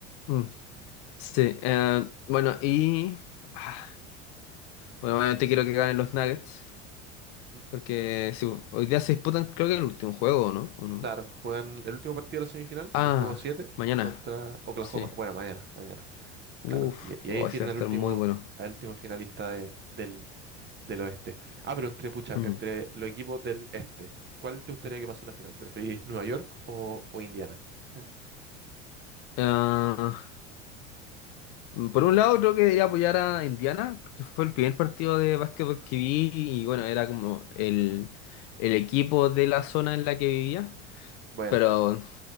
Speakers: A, on the left; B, on the right.
A: Mm, Sí, eh, bueno, y, ah, bueno, obviamente quiero que ganen los Nuggets,
B: Mm.
A: porque sí, hoy día se disputan creo que el último juego, ¿no? ¿O no?
B: Claro, juegan el último partido de la semifinal,
A: Ah,
B: el juego 7
A: mañana.
B: contra Oklahoma.
A: Sí.
B: Bueno, mañana, mañana. Claro.
A: Uf,
B: Y, y
A: oh,
B: ahí definen
A: ese va a estar
B: al último,
A: muy bueno.
B: al último finalista de- del, del oeste. Ah, pero entre, pucha,
A: Mm.
B: entre los equipos del este. ¿Cuál te gustaría que pase en la final? ¿Preferís Nueva York o, o Indiana? <laughs>
A: Ah, mm, por un lado, creo que debería apoyar a Indiana, porque fue el primer partido de básquetbol que vi y bueno, era como el, el equipo de la zona en la que vivía.
B: Bueno,
A: Pero